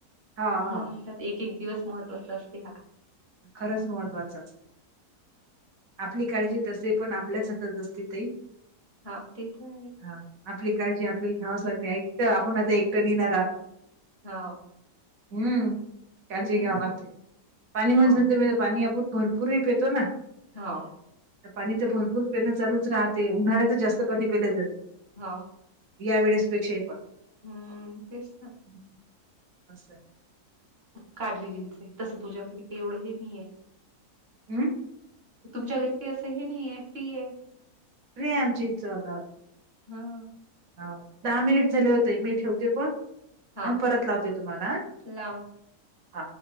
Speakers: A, on the right; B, on the right.
A: हा
B: म्हणून
A: हा
B: म्हणतात एक एक दिवस महत्वाचा असते.
A: खरंच महत्वाचं. आपली काळजी तसे पण आपल्याच हातात असते.
B: हा ते तर आहे.
A: ह आपली काळजी आपल्याला घ्यावाच लागते एकट आपण आता एकटं देणार आहात.
B: हा
A: हम्म काळजी घ्यावां
B: आहे
A: लागते. म
B: हो
A: पाणी आपपूर भरपूर पेतो ना.
B: हो
A: पाणी तर भरपूर पेणं चालूच राहते उन्हाळ्याच जास्त पाणी पेल्याय जाते.
B: हो
A: या वेळेसपेक्षाही पण
B: हम्म तेच तर.
A: हं, असं
B: काळजी घेतयचंय तसं तुझ्या घरी काही एवढं हे नाहीये.
A: हम्म
B: तुमच्या घरी काही असं हे नाही आहे फ्री आहे.
A: फ्री यांजीच आता
B: हा
A: ह दहा मिनिट झाले होते मी ठेवते पण
B: हां,
A: आणि परत लावते तुम्हाला.
B: लाव.
A: हा